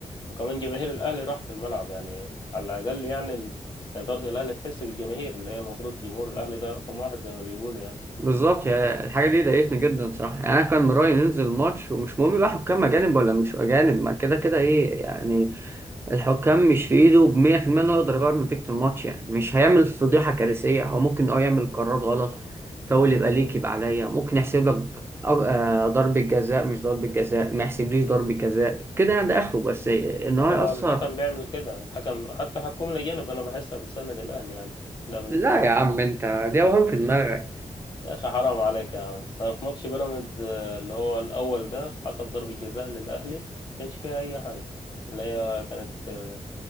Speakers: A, on the left; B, on the right.
A: وكمان جماهير الاهلي راحت الملعب يعني على الاقل يعني ال- اداره الاهلي تحس بالجماهير اللي هي المفروض جمهور الاهلي ده رقم واحد زي ما بيقولوا يعني
B: بالظبط يا- الحاجه دي ضايقتني جدا صراحه يعني انا كان من رايي ننزل الماتش ومش مهم بقى حكام اجانب ولا مش اجانب ما كده كده ايه يعني الحكام مش في ايده ب 100% انه يقدر يغير نتيجه الماتش يعني مش هيعمل فضيحه كارثيه هو ممكن اه يعمل قرار غلط فاول يبقى ليك يبقى عليا ممكن يحسب لك أ- آه، ضربة جزاء مش ضربة جزاء ما يحسبليش ضربة جزاء كده يعني ده اخره بس ان هو
A: هو
B: يأثر
A: الحكم بيعمل كده الحكم حتى الحكومه الاجانب انا بحسها بتسند الاهلي يعني ده بالنسبه
B: لا
A: لي
B: يا
A: انا
B: عم انت دي اوهام في دماغك
A: يا اخي حرام عليك يا عم في ماتش بيراميدز آه، اللي هو الاول ده حسب ضربة جزاء للاهلي ما كانش فيها اي حاجة اللي هي كانت آه،